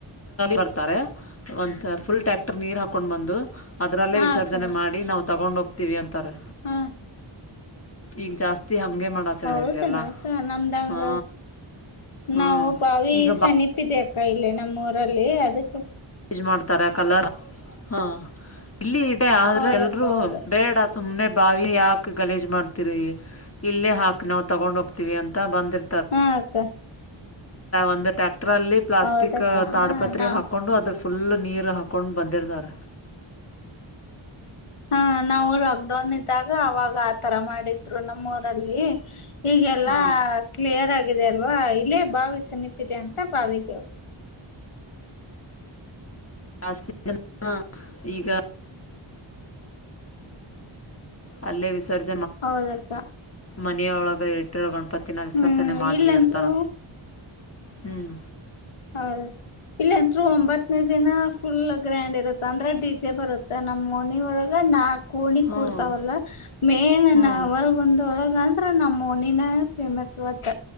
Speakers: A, on the left; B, on the left.
A: ಬರ್ತಾರೆ ಒಂತ ಫುಲ್ ಟ್ಯಾಕ್ಟರ್ ನೀರ್ ಹಾಕೊಂಡ್ ಬಂದು ಅದರಲ್ಲೇ
B: ಹಾ
A: ವಿಸರ್ಜನೆ
B: ಅಕ್ಕ
A: ಮಾಡಿ ನಾವು ತಗೊಂಡ ಹೋಗ್ತೀವಿ ಅಂತಾರೆ
B: ಹಾ
A: ಈಗ ಜಾಸ್ತಿ ಹಂಗೆ ಮಾಡತರ
B: ಹೌದನಕ್ಕ
A: ಇಲ್ಲೆಲ್ಲ
B: ನಮ್ದಂಗ
A: ಹಾ ಹಾ
B: ನಾವು ಬಾವಿ
A: ಈಗ
B: ಸೆನಿಪ್ಪಿದ್ದ ಅಕ್ಕ ಇಲ್ಲಿ ನಮ್ಮ ಊರಲ್ಲಿ ಅದಕ್ಕೆ
A: ಮಾಡ್ತ ಕಲರ್ ಹ ಇಲ್ಲಿ ಆದ್ರೆ
B: ಹೌದಕ್ಕ
A: ಎಲ್ರೂ
B: ಹೌದ
A: ಬೇಡ ಸುಮ್ಮ್ನೆ ಬಾವಿ ಯಾಕೆ ಗಲೇಜ್ ಮಾಡ್ತರಿ ಇಲ್ಲೇ ಹಾಕಿ ನಾವು ತಗೊಂಡ ಹೋಗ್ತಿವಿ ಅಂತ ಬಂದ
B: ಹಾ ಅಕ್ಕ
A: ಒಂದು ಟ್ಯಾಕ್ಟರ್ ಅಲ್ಲಿ ಪ್ಲಾಸ್ಟಿಕ್
B: ಹೌದಕ್ಕ
A: ಅಡಪತ್
B: ನಾ
A: ಹಾಕೊಂಡು ಅದ್ರ ಫುಲ್ ನೀರು ಹಾಕೊಂಡು ಬಂದಿರ್ತಾರ
B: ಹಾ ನಾವು ಲಾಕ್ ಡೌನ್ ಇದ್ದಾಗ ಅವಾಗ ಆತರ ಮಾಡಿದ್ರು ನಮ್ಮ ಲ್ಲಿ ಈಗೆಲ್ಲಾ
A: ಹಾ
B: ಕ್ಲಿಯರ್ ಆಗಿದೆ ಅಲ್ವಾ ಇಲ್ಲೇ ಭಾವಿಸಿ ನಿಪಿದೆ ಅಂತ ಪಾವಿದ್ದ
A: ಜಾಸ್ತಿ ಜನ ಈಗ ಅಲ್ಲೇ ವಿಸರ್ಜ
B: ಹೌದಕ್ಕ
A: ಮನೆಯೊಳಗೆ ಇಟ್ಟಿರೋ ಗಣಪತಿನ ವಿಸರ್ಜನೆ
B: ಹ್ಮ್
A: ಮಾಡಲಿ
B: ಇಲ್ಲಂತ್ರು
A: ಅಂತಾರ ಹ್ಮ್
B: ಹೌ ಇಲ್ಲ ಅಂರು ಒಂಬತ್ತನೇ ದಿನ ಫುಲ್ ಗ್ರ್ಯಾಂಡ್ ಇರುತ್ತ ಅಂದ್ರೆ ಡಿಜೆ ಬರುತ್ತೆ ನಮ್ಮ್ ಮನ ಒಳಗ ನಾಕು ಕೋಣಿ
A: ಹ್ಮ್
B: ಕೂಡ್ತಾವಲ್ಲ ಮೇಲ
A: ಹ್ಮ್
B: ನ ಅವಲ್ಗ ಒಂದೊಳಗ ಅ ನಮ್ಮ ನಿನ ಫೇಮಸ್ ಅಟ